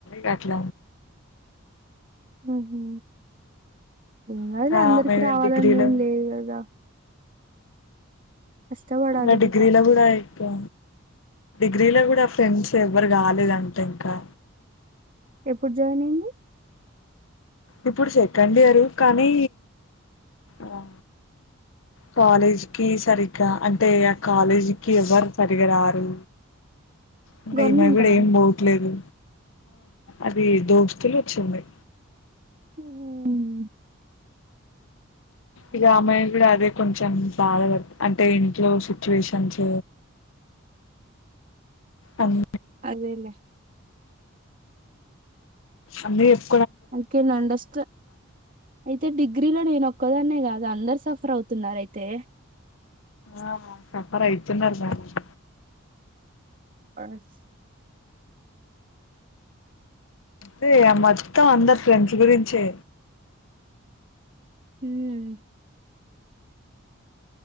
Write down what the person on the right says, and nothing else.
ఉహు, ఏం కాదలే
అందరికి
రావాలని
ఏం లేదు కదా. కష్టపడాలి
ఇంకా
ఎప్పుడు జాయిన్ అయింది.
గవర్నమెంటా
ఉమ్
అదేలే
అందుకే నండస్త అయితే డిగ్రీలో నేను ఒక్కదాన్నే కాదు గ అందరు సఫర్ అవుతున్నరయితే
ఆడెస్
హ్మ్